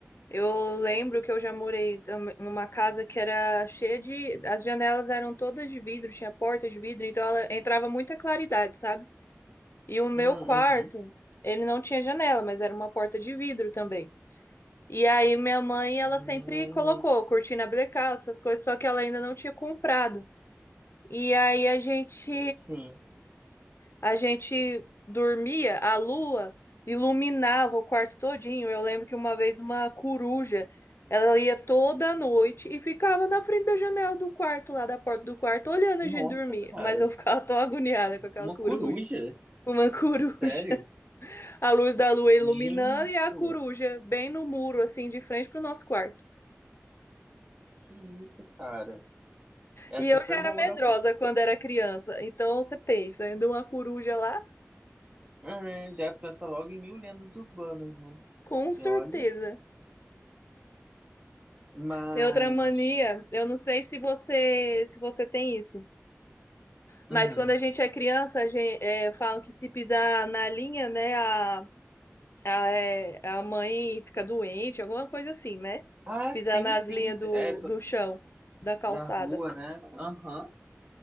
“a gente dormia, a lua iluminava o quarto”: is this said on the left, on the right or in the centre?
Left